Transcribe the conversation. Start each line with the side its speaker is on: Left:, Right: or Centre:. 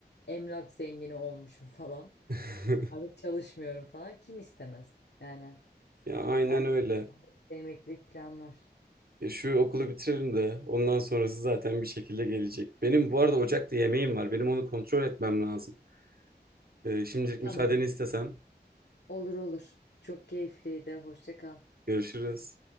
Left: emlak zengini olmuşum falan.
Right: <laughs>
Left: Artık çalışmıyorum falan. Kim istemez? Yani
Right: Ya aynen
Left: herkes
Right: öyle.
Left: de emeklilik planlar.
Right: Ya şu okulu bitiririm de ondan sonrası zaten bir şekilde gelecek. Benim bu arada ocakta yemeğim var. Benim onu kontrol etmem lazım. Ee, şimdilik müsaadeni
Left: Tamam.
Right: istesem.
Left: Olur olur. Çok keyifliydi. Hoşça kal.
Right: Görüşürüz.